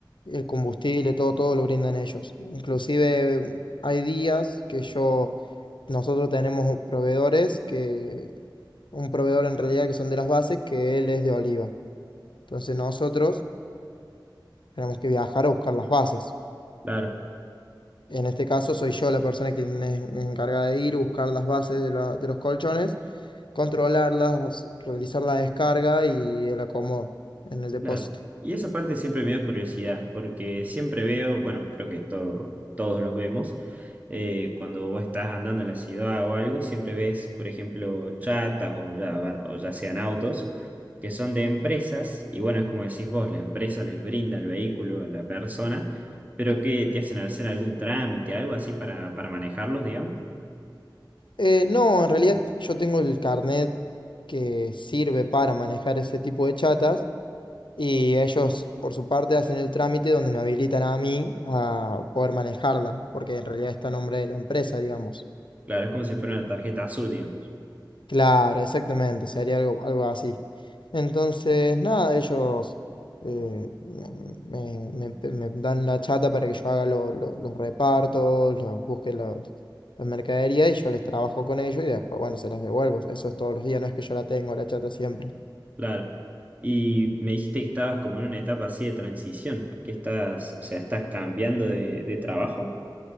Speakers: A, on the left; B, on the right.
A: el combustible, todo, todo lo brindan ellos. Inclusive hay días que yo, nosotros tenemos proveedores que, un proveedor en realidad que son de las bases, que él es de Oliva. Entonces nosotros tenemos que viajar a buscar las bases.
B: Claro.
A: En este caso soy yo la persona que es encargada de ir, buscar las bases de, la- de los colchones, controlarlas, realizar la descarga y el acomodo en el depósito.
B: Claro. Y esa parte siempre me dio curiosidad, porque siempre veo, bueno, creo que todo- todos los vemos, eh, cuando vos estás andando en la ciudad o algo, siempre ves, por ejemplo, chatas o ya, va- o ya sean autos, que son de empresas, y bueno, es como decís vos, la empresa les brinda el vehículo a la persona, pero que te hacen hacer algún trámite, algo así para, para manejarlos, digamos.
A: Eh, no, en realidad yo tengo el carnet que sirve para manejar ese tipo de chatas y ellos por su parte hacen el trámite donde me habilitan a mí a poder manejarla, porque en realidad está a nombre de la empresa, digamos.
B: Claro, es como si fuera una tarjeta azul, digamos.
A: Claro, exactamente, sería algo, algo así. Entonces, nada, ellos eh, me, me- me- me dan la chata para que yo haga lo- lo- los repartos, los, busque los, la mercadería y yo les trabajo con ellos y después, bueno, se las devuelvo. Eso es todos los días, no es que yo la tengo, la chata siempre.
B: Claro. Y me dijiste que estabas como en una etapa así de transición, que estás, o sea, estás cambiando de, de trabajo.